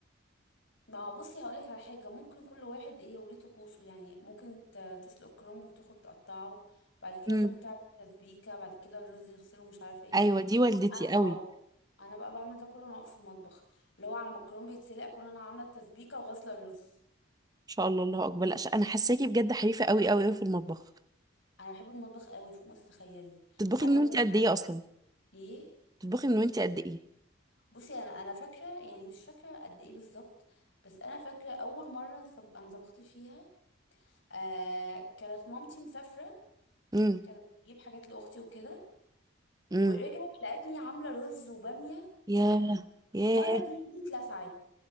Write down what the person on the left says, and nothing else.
ما هو بصي هقولك على حاجة ممكن كل واحد ايه وليه طقوسه يعني ممكن ت- تسلق كرنب وتخرج تقطعه بعد كده
تقوم تعمل تسبيكة بعد كده الرز يغسله مش عارفة ايه
انا
اه انا بقى بعمل ده كله وانا واقفة في المطبخ اللي هو على ما الكرنب يتسلق اكون انا عاملة التسبيكة وغاسلة الرز
انا بحب المطبخ قوي فوق ما تتخيلي
عارفة
انت الكرنب
ايه
بصي انا انا فاكرة يعني مش فاكرة قد ايه بالظبط بس انا فاكرة اول مرة انا طب- أنا طبخت فيها آه كانت مامتي مسافرة
كانت بتجيب حاجات لاختي وكده ورجعت
لقتني عامله رز وباميه
ولحمه
والمره
دي ايدي اتلسعت